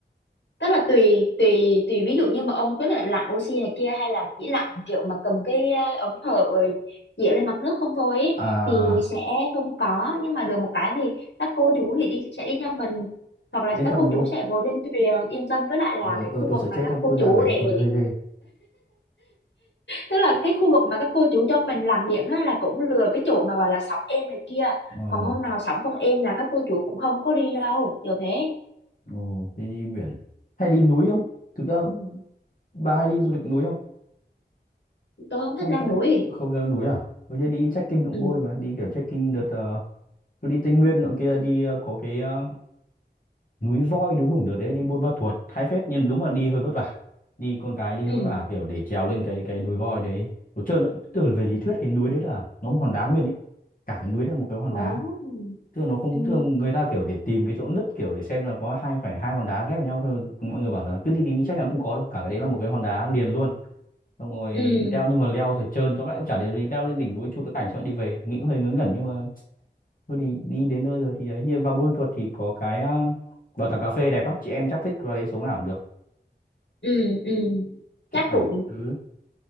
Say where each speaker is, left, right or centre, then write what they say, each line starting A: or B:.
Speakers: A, on the left; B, on the left.
A: tức là tùy tùy tùy ví dụ như mà ông quyết định lặn oxy này kia hay là chỉ lặn kiểu mà cầm cái ờ, ống thở rồi dịa lên mặt nước không thôi ý,
B: à
A: thì sẽ không có nhưng mà được một cái thì các cô chú thì đi, sẽ đi theo mình hoặc là
B: yên
A: các
B: tâm
A: cô
B: đúng
A: chú
B: không
A: sẽ ngồi trên thuyền yên tâm với lại là
B: Ờ,
A: cái
B: tôi
A: khu
B: tôi
A: vực
B: sợ
A: mà
B: chết
A: các
B: lắm
A: cô
B: cứ ra
A: chú
B: mấy
A: để
B: tôi thấy hơi ghê
A: tức là cái khu vực mà các cô chú cho mình lặn biển á, là cũng lừa cái chỗ mà gọi là sóng êm này kia
B: ờ
A: còn hôm nào sóng không êm là các cô chú cũng không có đi đâu kiểu thế
B: ừ, đi đi biển hay đi núi không thực ra bà hay đi du lịch núi không
A: tôi không
B: trong
A: thích leo
B: trong
A: núi
B: không leo núi à tôi thấy đi trekking cũng
A: ừ
B: vui mà đi kiểu trekking đợt ờ, tôi đi Tây Nguyên nọ kia đi ờ, có cái ờ, núi voi núi vùng đợt đấy đi Buôn Ma Thuột hay phết nhưng đúng là đi hơi vất vả đi con gái đi
A: ừ
B: hơi vất vả kiểu để trèo lên cái cái núi voi đấy tôi trơn từ về lý thuyết cái núi đấy là nó một hòn đá nguyên ấy cả cái núi là một cái hòn
A: Ồ.
B: đá tức là nó không
A: ừ
B: tức là người ta kiểu để tìm cái chỗ nứt kiểu để xem là có hai phải hai hòn đá ghép với nhau thôi mọi người bảo là cứ đi tìm thì chắc chắn không có đâu cả cái đấy là một cái hòn đá liền luôn xong rồi
A: ừ
B: leo nhưng mà leo rồi trơn tóm lại cũng chả để gì leo lên đỉnh núi chụp cái ảnh xong rồi đi về nghĩ cũng hơi ngớ ngẩn nhưng mà thôi đi đi đến nơi rồi thì ấy như vào Buôn Ma Thuột thì có cái ờ, bảo tàng cà phê đẹp lắm chị em chắc thích vào đấy sống ảo được
A: ừ ừ
B: chụp
A: chắc
B: ảnh
A: cũng
B: các thứ